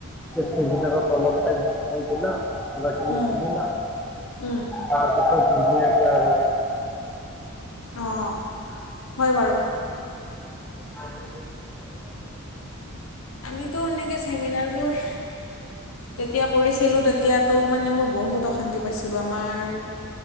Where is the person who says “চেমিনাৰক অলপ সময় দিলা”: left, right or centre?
Centre